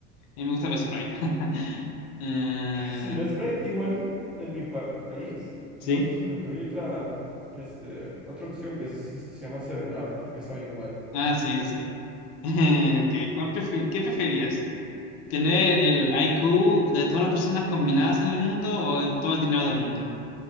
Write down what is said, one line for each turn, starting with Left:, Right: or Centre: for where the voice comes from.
Left: mí me gusta el Sprite. <laughs> Eh,
Centre: Sí, la Sprite igual en mi pa- país.
Left: ¿sí?
Centre: No sé si en el tuyo hay otra, este, otra opción que es, este, se llama seven up que sabe igual.
Left: Ah, sí, sí. <laughs> Okay, ¿cuál prefe- ¿qué preferías? ¿Tener el I Q de todas las personas combinadas en el mundo o el- todo el dinero del mundo?